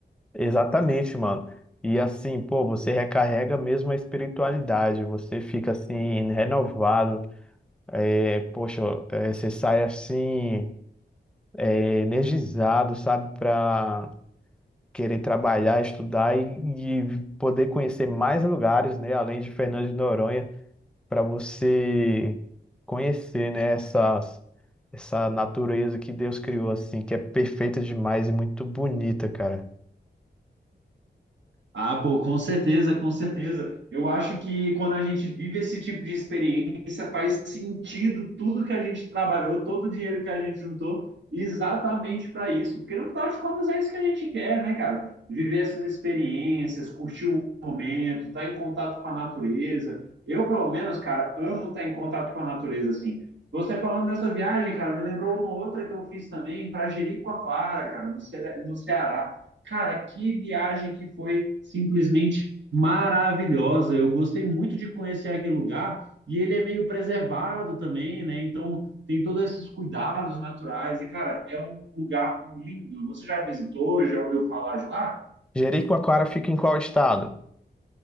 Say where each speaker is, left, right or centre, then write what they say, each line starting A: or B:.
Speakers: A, in the centre; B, on the right.
A: exatamente, mano. E assim, pô, você recarrega mesmo a espiritualidade, você fica assim, renovado. É, poxa, é, você sai assim, é, energizado, sabe, para querer trabalhar, estudar e, e poder conhecer mais lugares, né, além de Fernando de Noronha, para você conhecer, né, essas, essa natureza que Deus criou, assim, que é perfeita demais e muito bonita, cara.
B: Ah, pô, com certeza, com certeza. Eu acho que quando a gente vive esse tipo de experiência, faz sentido tudo que a gente trabalhou, todo o dinheiro que a gente juntou, exatamente para isso. Porque no final de contas é isso que a gente quer, né, cara? Viver essas experiências, curtir o momento, estar em contato com a natureza. Eu, pelo menos, cara, amo estar em contato com a natureza, assim. Você falando dessa viagem, cara, me lembrou uma outra que eu fiz também para Jericoacoara, cara, no Ce- no Ceará. Cara, que viagem que foi simplesmente maravilhosa. Eu gostei muito de conhecer aquele lugar e ele é meio preservado também, né? Então tem todos esses cuidados naturais. E, cara, é um lugar lindo. Você já visitou, já ouviu falar de lá?
A: Jericoacoara fica em qual estado?